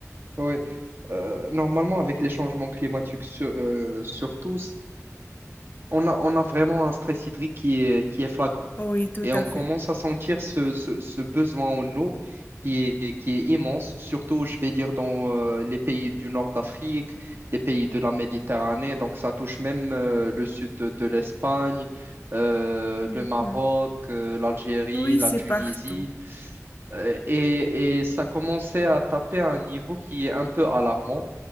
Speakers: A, on the right; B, on the left.
A: ouais. Euh, normalement, avec les changements climatiques, sur- euh, surtout, on a, on a vraiment un stress hydrique qui est, qui est flagrant.
B: Oui, tout
A: Et
B: à
A: on commence
B: fait.
A: à sentir ce, ce, ce besoin en eau qui est, qui est immense, surtout, je vais dire, dans euh, les pays du nord d'Afrique, les pays de la Méditerranée. Donc, ça touche même euh, le sud de, de l'Espagne, euh,
B: Mhm.
A: le Maroc, euh, l'Algérie,
B: Oui,
A: la
B: c'est
A: Tunisie.
B: partout.
A: Euh, Et, et ça commençait à taper à un niveau qui est un peu alarmant.